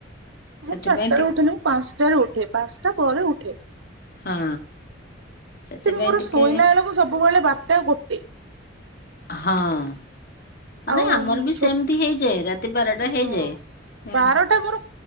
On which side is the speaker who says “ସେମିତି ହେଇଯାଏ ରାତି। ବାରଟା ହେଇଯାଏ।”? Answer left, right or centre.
Left